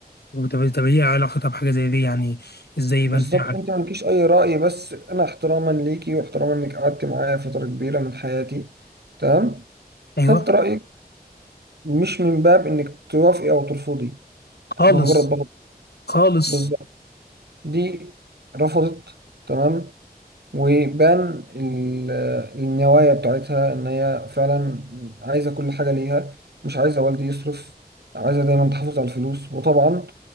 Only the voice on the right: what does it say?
بالظبط
أنت مالكيش أي رأي بس أنا احتراما ليكي واحتراما إنك قعدت معايا فترة كبيرة من حياتي تمام
خدت رأيك مش من باب انك توافقي او ترفضي
انا مجرد بطل
بالظبط دي رفضت تمام وبان ال- النوايا بتاعتها ان هي فعلا عايزه كل حاجه ليها مش عايزه والدي يصرف عايزه دايما تحافظ على الفلوس وطبعا